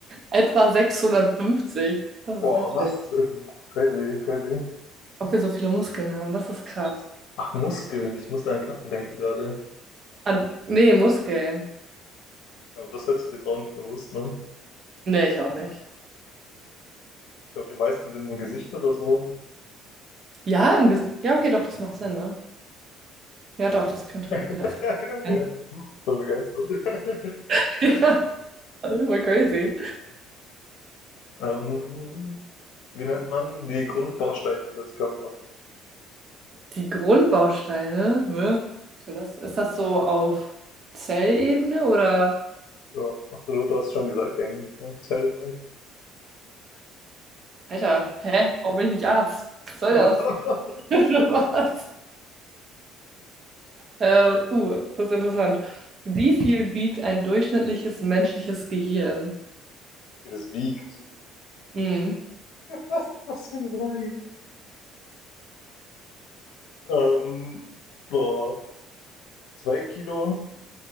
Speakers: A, on the right; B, on the left.
A: etwa 650. Das
B: Boah,
A: ist heftig.
B: was? Crazy, crazy.
A: Ob wir so viele Muskeln haben, das ist krass.
B: Ach, Muskeln. Ich musste an Knochen denken gerade.
A: An, nee, Muskeln.
B: Aber das hätte ich jetzt auch nicht gewusst, ne?
A: Nee, ich auch nicht.
B: Ich glaube, die meisten sind im Gesicht oder so.
A: Ja, im Ges Ja, okay, doch, das macht Sinn, ne? Ja, doch, das könnte.
B: <laughs>
A: Ja, das könnte
B: Ja, gehört.
A: sein.
B: Voll begeistert. <laughs>
A: <laughs> Ja, das ist voll crazy.
B: Ähm, wie nennt man die Grundbausteine des Körpers?
A: Die Grundbausteine, ne? Was soll das? Ist das so auf Zellebene oder?
B: Ja, absolut, du hast schon gesagt, ähnlich. Ne? Zellen halt.
A: Alter, hä? Warum bin ich nicht Arzt? Was soll
B: Ja.
A: das?
B: <laughs>
A: <laughs> Äh, uh, das ist interessant. Wie viel wiegt ein durchschnittliches menschliches Gehirn?
B: Wie das wiegt.
A: Hm.
B: Was, was für eine Frage. Ähm, boah, zwei Kilo.